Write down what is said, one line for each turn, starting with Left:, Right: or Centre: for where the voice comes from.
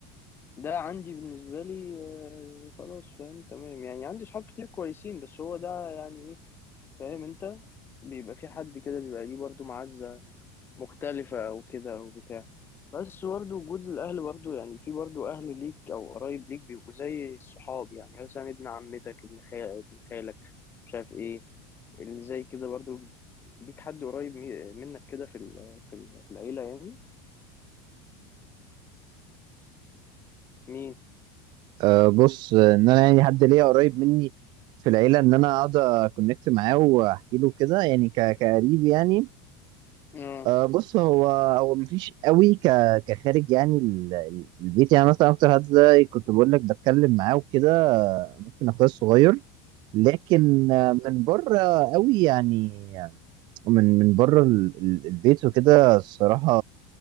Left: ده عندي بالنسبة لي آه، خلاص فاهم تمام يعني عندي صحاب كتير كويسين بس هو ده يعني ايه فاهم انت بيبقى في حد كده بيبقى ليه برضه معزة مختلفة او كده او بتاع بس برضه وجود الاهل برضه يعني في برضه اهل ليك او قرايب ليك بيبقوا زي الصحاب يعني مثلا ابن عمتك ابن خالك ابن خالك مش عارف ايه اللي زي كده برضه ليك حد قريب مي- منك كده في ال- في ال- في العيلة يعني مين؟
Right: أه بص ان انا يعني حد ليا قريب مني في العيله ان انا اقعد اكونكت معاه واحكي له كده يعني ك- كقريب يعني
Left: اه
Right: أه بص هو هو مفيش قوي ك كخارج يعني ال- ال- البيت يعني مثلا اكتر حد ده كنت بقول لك بتكلم معاه وكده آه، ممكن اخويا الصغير لكن آه، من بره قوي يعني من من بره ال- ال- البيت وكده الصراحه